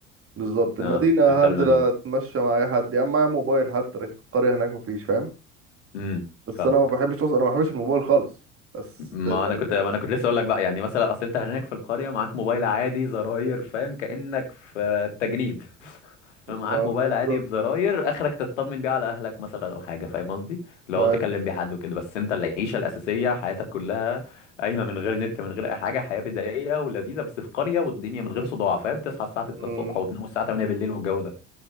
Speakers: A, on the right; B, on the left.
A: بالظبط المدينه
B: اه تختار
A: هنزل
B: المدينة
A: اتمشى مع اي حد يا عم معايا موبايل حتى لكن القريه هناك مفيش فاهم
B: امم
A: بس
B: فاهمك
A: انا ما بحبش اصلا انا ما بحبش الموبايل خالص بس
B: ما
A: لو
B: انا كنت ما انا كنت لسه اقول لك بقى يعني مثلا اصل انت هناك في القريه معاك موبايل عادي زراير فاهم كانك في التجنيد <laughs> معاك
A: ما بالظبط
B: موبايل عادي بزراير اخرك تطمن بيه على اهلك مثلا او حاجه فاهم قصدي لو
A: ما
B: تكلم بيه حد وكده بس انت العيشه الاساسيه حياتك كلها قايمه من غير نت من غير اي حاجه حياه بدائيه ولذيذه بس في قريه والدنيا من غير صداع فاهم تصحى الساعه 6
A: مم.
B: الصبح وتنام الساعه 8 بالليل والجو ده